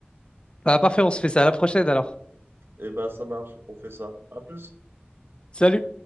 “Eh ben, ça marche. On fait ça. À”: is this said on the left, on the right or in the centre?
Right